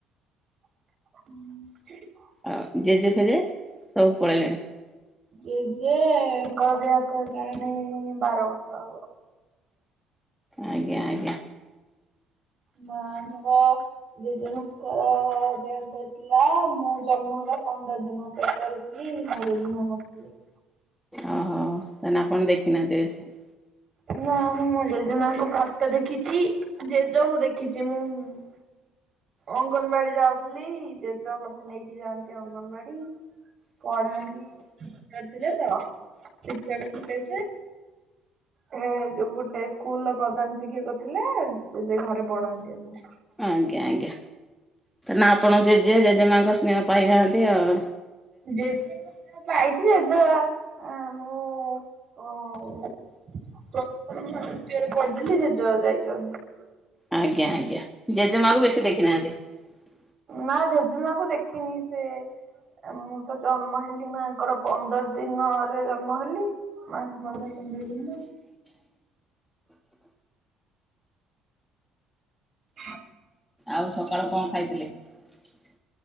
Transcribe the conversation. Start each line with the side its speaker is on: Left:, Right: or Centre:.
Right: ହୁଁ ।
Centre: ଆଉ ଜେଜେ ଫେଜେ ସବୁ ପଳେଇଲେଣି ।
Right: ଜେଜେ ଙ୍କର ଦେହାନ୍ତ ହେଲାଣି ବାର ବର୍ଷ ହବ ।
Centre: ଆଜ୍ଞା ଆଜ୍ଞା ।
Right: ମାଙ୍କର ଜେଜେ ମା ଙ୍କର ଦେହାନ୍ତ ହେଇଥିଲା ମୁଁ ଜନ୍ମ ହେବା ପ ପନ୍ଦର ଦିନ ପେଟରେ ଥିଲି ମୋ ଯେଯେ ମା ମରି ଥୀଲେ
Centre: ଓହୋ ତାହେଲେ ଆପଣ ଦେଖି ନାହାନ୍ତି ବେଶୀ ।
Right: ନା ମୁଁ ମୋ ଜେଜେମା ଙ୍କୁ ଫଟୋ ଦେଖିଛି ଜେଜ ଙ୍କୁ ଦେଖିଛି ମୁଁ । ଅଙ୍ଗନବାଡି ଯାଉଥିଲି ଜେଜ ମତେ ନେଇକି ଯାଆନ୍ତି ଅଙ୍ଗନବାଡି । ପଢାନ୍ତି ସେ ଟିଚର ଥିଲେ ତ ଟିଚର ଥିଲେ ଯେ । ସେ ଯୋଉ ଗୋଟେ ସ୍କୁଲର ପ୍ରଧାନ ଶିକ୍ଷକ ଥିଲେ ଜେଜେ ଘରେ ପଢାନ୍ତି ଆମକୁ ।
Centre: ଆଜ୍ଞା ଆଜ୍ଞା ନା ଆପଣ ଜେଜେ ଜେଜେମା ଙ୍କ ସ୍ନେହ ପାଇ ନାହାନ୍ତି ଆଉ ।
Right: ଜେଜେ ଙ୍କଠୁ ପାଇଛି ଜେଜେ ମୁଁ । ମୁଁ ଚତୁର୍ଥ ନା ତୃତୀୟ ରେ ପଢ଼ୁଥିଲି ଜେଜ ଯାଇଚନ୍ତି ।
Centre: ଆଜ୍ଞା ଆଜ୍ଞା ଜେଜେମାକୁ ବେଶୀ ଦେଖିନାହାନ୍ତି ।
Right: ନା ଜେଜେମା କୁ ଦେଖିନି ସେ ମୁଁ । ତ ଜନ୍ମ ହେଲି ମାଙ୍କର ପନ୍ଦର ଦିନରେ ଜନ୍ମ ହେଲି ମାଙ୍କ ମଲା ପନ୍ଦର ଦିନରେ । ହଁ
Centre: ଆଉ ସକାଳୁ କଣ ଖାଇଥିଲେ ।